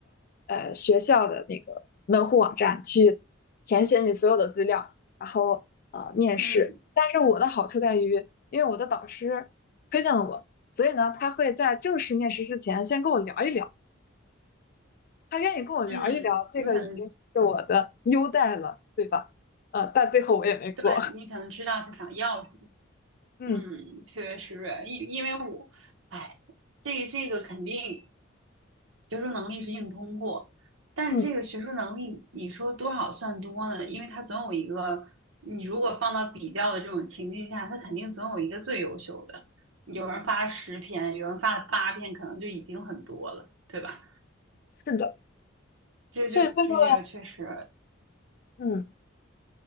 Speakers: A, on the left; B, on the right.
A: 呃学校的那个门户网站去填写你所有的资料，然后呃面试。
B: 嗯
A: 但是我的好处在于，因为我的导师推荐了我，所以呢，他会在正式面试之前先跟我聊一聊，他愿意跟我聊一聊，
B: 嗯，
A: 这个已经是我的优待了，
B: 你可能
A: 对吧？呃，但最后我也没过。
B: 对你可能知道他想要什么。
A: <laughs> 嗯
B: 嗯，确实，因因为我，哎，这个这个肯定。学术能力是硬通过，但是这个学术能力，
A: 嗯，
B: 你说多少算多呢？因为它总有一个，你如果放到比较的这种情境下，它肯定总有一个最优秀的。有人发了十篇，有人发了八篇，可能就已经很多了，对吧？
A: 是的，
B: 这就就这个确实，
A: 所以这个嗯，